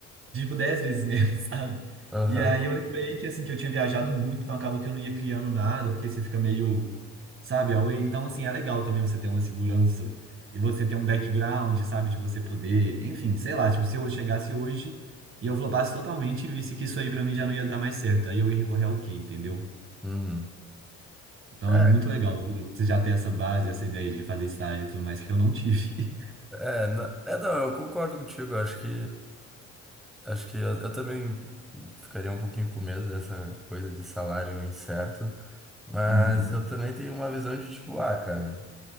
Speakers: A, on the right; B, in the centre.
A: de, tipo, 10 vezes mesmo, <laughs> sabe?
B: aham.
A: E aí eu lembrei que, assim, que eu tinha viajado muito, então acabou que eu não ia criando nada, porque você fica meio, sabe, away. Então, assim, é legal também você ter uma segurança e você ter um background, sabe, de você poder, enfim, sei lá, tipo, se eu chegasse hoje e eu flopasse totalmente e visse que isso aí pra mim já não ia dar mais certo, aí eu ia recorrer ao quê, entendeu?
B: Uhum.
A: Então
B: É,
A: é muito legal você já ter essa base, essa ideia de fazer estágio e tudo mais, que eu não tive. <laughs>
B: É, na- é, não, eu concordo contigo. Acho que acho que eu, eu também ficaria um pouquinho com medo dessa coisa de salário incerto, mas
A: Uhum.
B: eu também tenho uma visão de tipo, ah, cara.